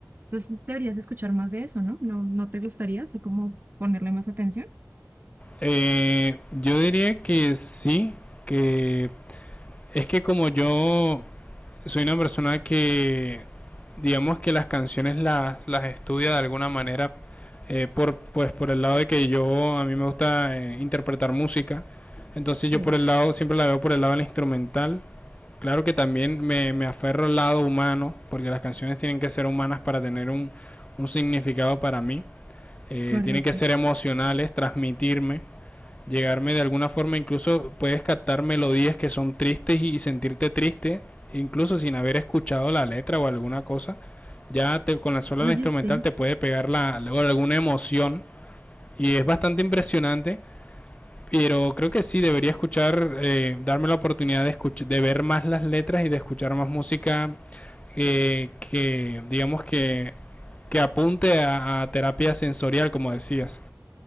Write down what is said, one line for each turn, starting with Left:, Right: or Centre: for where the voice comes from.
Right: Entonces deberías escuchar más de eso, ¿no? ¿No, no te gustaría así como ponerle más atención?
Left: Eh, yo diría que sí, que es que como yo soy una persona que, digamos que las canciones las, las estudia de alguna manera, eh, por, pues por el lado de que yo, a mí me gusta eh, interpretar música, entonces yo
Right: Sí.
Left: por el lado, siempre la veo por el lado del instrumental. Claro que también me, me aferro al lado humano, porque las canciones tienen que ser humanas para tener un, un significado para mí. Eh,
Right: Correcto.
Left: tienen que ser emocionales, transmitirme llegarme de alguna forma, incluso puedes captar melodías que son tristes y sentirte triste, incluso sin haber escuchado la letra o alguna cosa, ya te, con la sola
Right: Oye,
Left: la instrumental
Right: sí,
Left: te puede pegar la, la- alguna emoción y es bastante impresionante. Pero creo que sí, debería escuchar, eh, darme la oportunidad de, escuchar de ver más las letras y de escuchar más música eh, que, digamos que, que apunte a, a terapia sensorial, como decías.